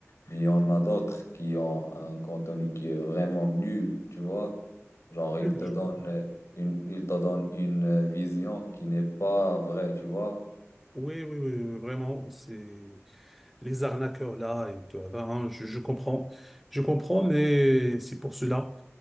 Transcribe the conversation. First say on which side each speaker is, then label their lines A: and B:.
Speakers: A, on the left; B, in the centre.
A: Mais il y en a d'autres qui ont un contenu qui est vraiment nul, tu vois. Genre, ils
B: oui,
A: te donnent euh, une, ils te donnent une euh, vision qui n'est pas vraie, tu vois.
B: oui, oui, oui, vraiment, c'est les arnaqueurs là, et tout, hein, je, je comprends, je comprends, mais c'est pour cela.